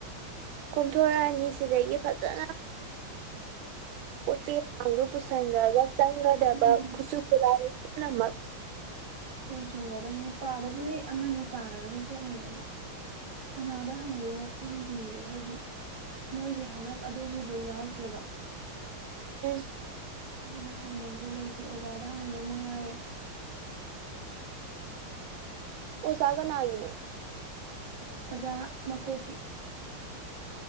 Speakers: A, on the right; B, on the right.
A: ꯀꯣꯝꯊꯣꯔꯛꯑꯅꯤ ꯁꯤꯗꯒꯤ ꯐꯖꯅ ꯄꯣꯠ ꯆꯩꯤꯗꯨ ꯄꯨꯁꯟꯒꯒ ꯆꯪꯒꯗꯕ
B: ꯎꯝ
A: ꯈꯨꯠꯁꯨ ꯈꯨꯠꯂꯥꯏ ꯃ
B: ꯄꯨꯁꯤꯡꯕ ꯑꯗꯨꯝ ꯄꯥꯕꯕꯨꯗꯤ ꯑꯃꯅꯤ ꯄꯥꯔꯒꯗꯤ ꯆꯠꯅꯤ ꯑꯗꯨ ꯀꯅꯥꯗ ꯍꯪꯗꯣꯏꯅꯣ ꯈꯪꯗꯌꯦ ꯍꯥꯏꯗꯤ ꯃꯣꯏꯒꯤ ꯍꯟꯗꯛ ꯑꯗꯨꯒꯤꯗꯨ ꯌꯥꯎꯗ꯭ꯔꯦꯕ
A: ꯎꯝ
B: ꯑꯗꯨꯅ ꯍꯪꯐꯝꯁꯨ ꯂꯩꯇꯦ ꯑꯣꯖꯥꯗ ꯍꯪꯕ ꯃꯉꯥꯏꯔꯦ
A: ꯑꯣꯖꯒꯅꯥꯅꯣ
B: ꯑꯣꯖꯥ ꯃꯀꯣꯛꯀꯤꯦ